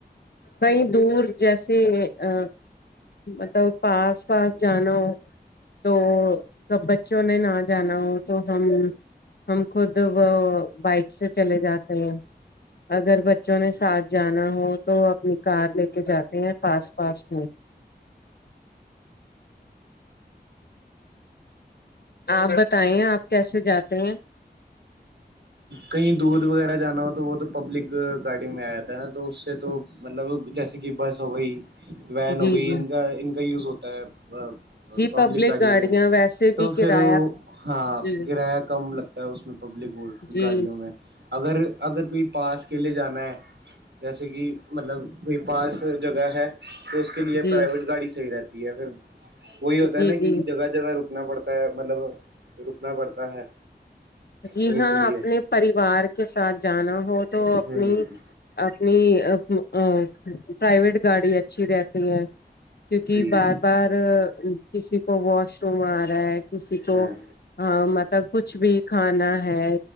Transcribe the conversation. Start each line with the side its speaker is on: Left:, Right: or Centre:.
Left: کہیں دور جیسے آ مطلب پاس پاس جانا ہو تو کب بچوں نے ناں جانا ہو تو ہم ہم خود وہ بائک سے چلے جاتے ہیں اگر بچوں نے ساتھ جانا ہو تو پھر کار لے کے جاتے ہیں فاسٹ فاسٹ میں آپ بتائیے آپ کیسے جاتے ہیں
Right: کہیں دور وغیرہ جانا ہو تو وہ تو پبلک گاڑی میں آیا تھا ہے ناں تو اس سے تو مطلب جیسے کہ بس ہوگئی وین
Left: جی
Right: ہوگئی
Left: جی
Right: ان کا ان کا یوز ہوتا ہے
Left: جی
Right: پبلک گاڑی
Left: گاڑیاں
Right: میں
Left: ویسے
Right: تو
Left: بھی کرایہ
Right: پھر ہاں
Left: جی
Right: کرایہ کم لگتا ہے اس میں پبلک
Left: جی
Right: گاڑیوں میں اگر اگر کوئی پاس کے لے جانا ہے جیسے کہ مطلب کوئی پاس جگہ ہے تو اس کے لیے
Left: جی
Right: پرائیویٹ گاڑی صحیح رہتی ہے پھر وہی ہوتا ہے
Left: جی
Right: ناں
Left: جی
Right: کہ جگہ جگہ رکنا پڑتا ہے مطلب رکنا پڑتا ہے
Left: جی
Right: تو اس
Left: ہاں
Right: لیے
Left: اپنے پریوار کے ساتھ جانا ہو تو اپنی
Right: ہوں
Left: اپنی پرائیویٹ گاڑی اچھی رہتی ہے کیونکہ
Right: جی
Left: بار بار کسی کو واش روم آ رہا ہے کسی کو
Right: ہاں
Left: مطلب کچھ بھی کھانا ہے